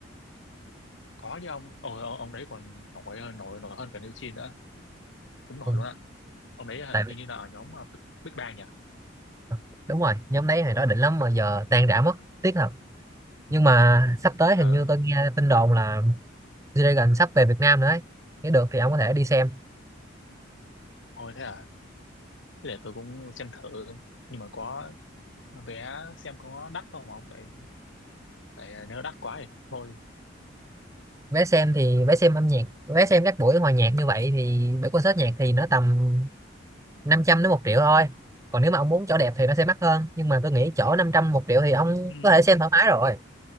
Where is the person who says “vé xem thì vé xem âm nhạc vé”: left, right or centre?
Right